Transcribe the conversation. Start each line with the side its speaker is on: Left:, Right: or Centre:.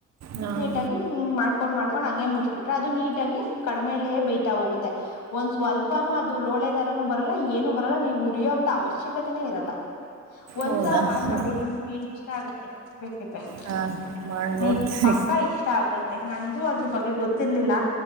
Right: ಹಾಂ
Left: ನೀಟಾಗಿ ಹಿಂಗ್ ಮಾಡ್ಕೊಂಡ್ ಮಾಡ್ಕೊಂಡ್ ಹಂಗಗೆ ಮುಚ್ಬಿಟ್ರೆ, ಅದು ನೀಟಾಗಿ ಕಡಿಮೇಲೆೇ ಬೈತಾ ಹೋಗುತ್ತೆ! ಒಂದ್ ಸ್ವಲ್ಪನೂ ಅದು ಲೋಳೆ ತರನುೂ, ಬರಲ್ಲ ಏನು ಬರಲ್ಲ ನೀವು? <inaudible> ಕುಡಿಯೋಂಂತ, ಅವಶ್ಯಕತೆನೇ ಇರಲ್ಲ? <inaudible> ಒಂದ್ಸಲ,
Right: ಹೌದಾ
Left: ಮಾಡ್,
Right: ಹಾಂ
Left: ನೋಡಿ ನಿಮಗೆ? <inaudible> ಇಷ್ಟ, ಆಗತ್ತೆ ಬೇ.. <inaudible>
Right: ಹಾಂ ಹಾಂ ಮಾಡಿ
Left: ನಿಜ್
Right: ನೋಡ್ತೀನಿ
Left: ಪಕ್ಕ ಇಷ್ಟ ಆಗತ್ ಮತ್ತ ನನ್ಗೂ ಅದ್ರ ಬಗ್ಗೆ ಗೊತ್ತಿರ್ಲಿಲ್ಲ